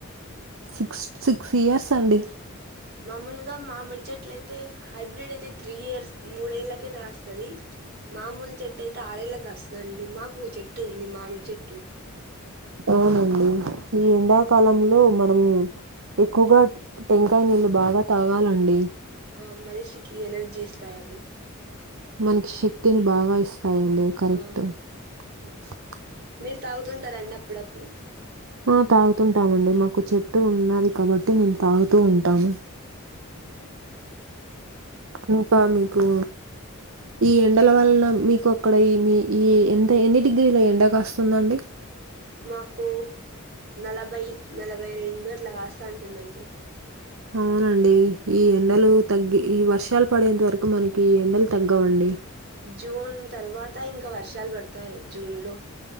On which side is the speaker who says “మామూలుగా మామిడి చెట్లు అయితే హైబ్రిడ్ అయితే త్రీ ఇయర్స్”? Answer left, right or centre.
Right